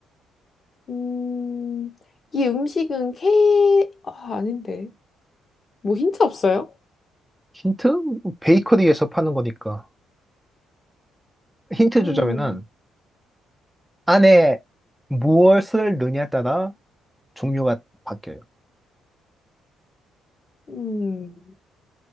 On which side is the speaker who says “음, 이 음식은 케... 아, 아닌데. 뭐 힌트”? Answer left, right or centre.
Left